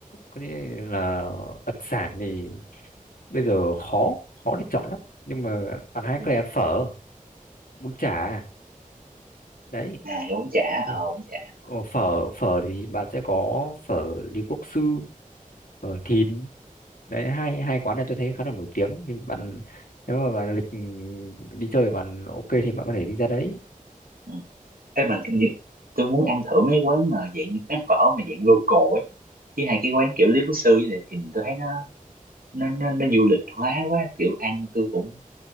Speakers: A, on the left; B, on the right.
A: có nghĩa là đặc sản thì bây giờ khó khó để chọn lắm nhưng mà bạn hãy
B: ừ.
A: có thể ăn phở bún chả đấy
B: à bún chả
A: thì
B: ờ bún chả Hà Nội
A: Ờ, phở phở thì bạn sẽ có phở Lý Quốc Sư phở Thìn đấy hai hai quán này tôi thấy khá là nổi tiếng thì bạn
B: ừ.
A: nếu mà bạn lịch ừ, đi chơi bạn ok thì bạn có thể đi ra đấy
B: Ừ. Ê, mà cái gì- tôi muốn ăn thử mấy quán mà dạng như quán phở mà dạng local ấy chứ hai cái quán kiểu Lý Quốc Sư với lại Thìn tôi thấy nó nó nó nó du lịch hóa quá kiểu ăn tôi cũng